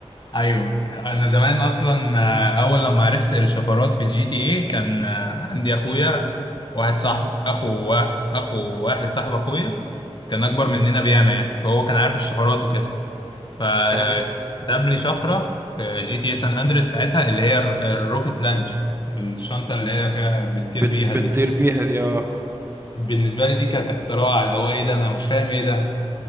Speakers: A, on the left (about 45°); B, on the right (about 20°).
A: ايوه انا زمان اصلا آه، اول لما عرفت الشفرات في الجي تي ايه كان آه، عندي اخويا واحد صاحب اخو وا- اخو واحد صاحب اخويا كان اكبر مننا بياما يعني فهو كان عارف الشفرات وكده فكتب
B: ده احنا
A: لي شفره في جي تي اي سان اندريس ساعتها اللي هي الر- الروكت لانش الشنطه اللي هي فيها بتطير
B: بت...
A: بيها
B: بتطير
A: دي
B: بيها دي اه
A: بالنسبه لي دي كانت اختراع اللي هو ايه ده انا مش فاهم ايه ده